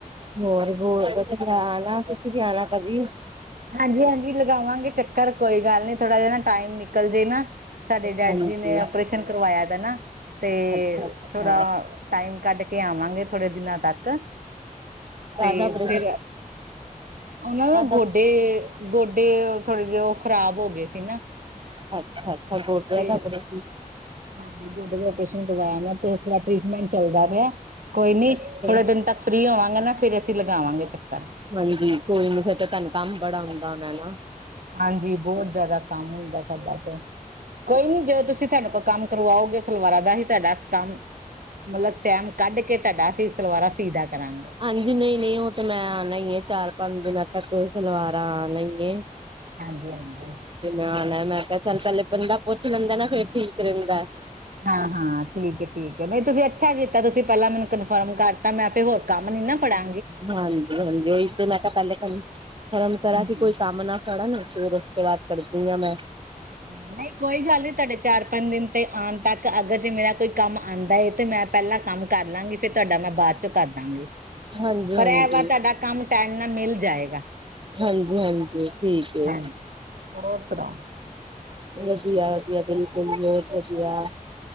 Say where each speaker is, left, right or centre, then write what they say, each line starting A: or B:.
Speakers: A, on the right; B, on the right.
A: ਹੋਰ ਬਹੁਤ ਮੈਂ ਆਣਾ ਤੁਸੀਂ ਵੀ ਆਣਾ ਕਦੀ।
B: ਹਾਂਜੀ-ਹਾਂਜੀ ਲਗਾਵਾਂਗੇ, ਚੱਕਰ ਕੋਈ ਗੱਲ ਨਹੀਂ ਥੋੜਾ ਜਿਹਾ ਨਾ ਟਾਈਮ ਨਿਕਲਜੇ ਨਾ। ਸਾਡੇ ਡੈਡ
A: ਹਾਂਜੀ
B: ਜੀ ਨੇ ਔਓਪਰੇਸ਼ਨ ਕਰਵਾਇਆ ਦਾ ਨਾ ਤੇ
A: ਅੱਛਾ ਅੱਛਾ
B: ਥੋੜਾ, ਟਾਈਮ ਕੱਢ ਕੇ ਆਵਾਂਗੇ, ਥੋੜੇ ਦਿਨਾਂ ਤੱਕ
A: ਕਾਦਾ
B: ਤੇ
A: ਆਪਰੇਸ਼ਨ
B: ਫਿਰ, ਉਹਨਾਂ
A: ਕਾਦਾ
B: ਦਾ ਗੋਡੇ-ਗੋਡੇ ਥੋੜੇ ਜਿਹੇ ਉਹ ਖ਼ਰਾਬ ਹੋ ਗਏ ਸੀ ਨਾ,
A: ਅੱਛਾ-ਅੱਛਾ ਗੋਡਿਆਂ
B: ਤੇ
A: ਦਾ ਆਪਣੇ,
B: ਹਾਂਜੀ ਬੋਡੇ ਦਾ ਔਪਰੇਸ਼ਨ ਕਰਵਾਇਆ, ਮੈ ਤੇ ਉਸ ਦਾ ਟਰੀਟਮੈਂਟ ਚੱਲਦਾ ਪਿਆ। ਕੋਈ ਨੀ
A: ਅੱਛਾ
B: ਥੋੜੇ ਦਿਨ ਤੱਕ ਫ੍ਰਰੀ ਹੋਵਾਂਗੇ, ਨਾ ਫੇਰ ਅਸੀਂ ਲਗਾਵਾਂਗੇ ਚੱਕਰ
A: ਹਾਂਜੀ, ਕੋਈ ਨੀ ਫੇਰ ਤਾਂ ਤੁਹਾਨੂੰ ਕੰਮ ਬੜਾ ਹੁੰਦਾ ਹੋਣਾ ਹਨਾ।
B: ਹਾਂਜੀ, ਬਹੁਤ ਜ਼ਿਆਦਾ ਕੰਮ ਹੁੰਦਾ ਸਾਡ ਤੇ, ਕੋਈ ਨੀ ਜਦੋਂ ਤੁਸੀਂ ਤੁਾਨੂੰ ਕੋਲ ਕੰਮ ਕਰਵਾਓਗੇ, ਸਲਵਾਰਾਂ ਦਾ ਹੀ ਤੁਹਾਡਾ ਕੰਮ ਮਤਲਬ ਟੈਮ ਕੱਢ ਕੇ ਤੁਹਾਡਾ ਅਸੀਂ ਸਲਵਾਰਾਂ ਸੀਦਾ ਕਰਾਂਗੇ।
A: ਹਾਂਜੀ, ਨਹੀਂ ਨਹੀਂ ਉਹ ਤੇ ਮੈਂ ਆਣਾ ਹੀ ਆ ਚਾਰ ਪੰਜ ਦਿਨਾਂ ਤੱਕ ਸਲਵਾਰ ਨਈ ਗੇ।
B: ਹਾਂਜੀ ਹਾਂਜੀ
A: ਆਣਾ ਮੈਂ ਕਿਹਾ ਚੱਲ ਪਲੇ ਬੰਦਾ ਪੁੱਛ ਲੈਂਦਾ ਨਾ, ਫੇਰ ਠੀਕ ਰਹਿੰਦਾ।
B: ਹਾਂ ਹਾਂ ਠੀਕ ਹੈ ਠੀਕ ਹੈ, ਮੈ ਤੁਸੀਂ ਅੱਛਾ ਕੀਤਾ ਤੁਸੀਂ ਪਹਿਲਾਂ ਮੈਨੂੰ ਕਨਫਰਮ ਕਰ ਹੋਰ ਕੰਮ ਨੀ ਨਾ ਪੜਾ।
A: ਹਾਂਜੀ, ਹਾਂਜੀ ਉਹੀ ਤੇ ਮੈਂ ਕਿਹਾ ਪਹਿਲੇ ਫਰਮ ਤਰ੍ਹਾਂ
B: ਹਮ
A: ਕੀ ਕੋਈ ਕੰਮ ਨਾ, ਕਰਨ ਫੇਰ ਉਸ ਤੋਂ ਬਾਅਦ ਕਰਦੀ ਹਾਂ ਮੈਂ,
B: ਨਹੀਂ ਕੋਈ ਗੱਲ ਨੀ, ਤੁਹਾਡੇ ਚਾਰ ਪੰਜ ਦਿਨ ਤੇ ਆਣ ਤੱਕ ਅਗਰ ਜੇ ਮੇਰਾ ਕੋਈ ਕੰਮ ਆਉਂਦਾ ਏ ਤੇ ਮੈਂ, ਪਹਿਲਾਂ ਕੰਮ ਕਰ ਲਾਂਗੀ, ਫਿਰ ਤੁਹਾਡਾ ਮੈਂ ਬਾਅਦ ਚੋਂ ਕਰ ਦਾਂਗੀ।
A: ਹਾਂਜੀ ਹਾਂਜੀ
B: ਪਰ ਇਹ ਵਾ ਤੁਹਾਡਾ ਕੰਮ ਟਾਈਮ ਨਾਲ ਮਿਲ ਜਾਏਗਾ।
A: ਹਾਂਜੀ ਹਾਂਜੀ ਠੀਕ ਏ,
B: ਹਾਂਜੀ ਹੋਰ ਸੁਣਾਓ?
A: ਵਧੀਆ-ਵਧੀਆ ਬਿਲਕੁਲ ਬਹੁਤ ਵਧੀਆ,